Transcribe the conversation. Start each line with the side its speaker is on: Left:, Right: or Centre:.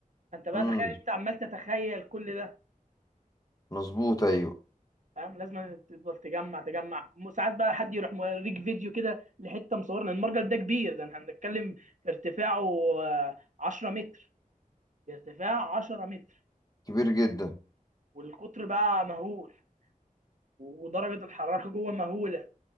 Right: انت بقى
Left: امم
Right: تخيل انت عمال تتخيل كل ده
Left: مظبوط ايوه
Right: فاهم لازم تفضل تجمع تجمع م- ساعات بقى حد يروح موريك فيديو كده لحته مصورنا المرجل ده كبير ده احنا بنتكلم في ارتفاعه آه، 10 متر ده ارتفاع 10 متر
Left: كبير جدا
Right: والقطر بقى مهول ودرجه الحراره جوه مهوله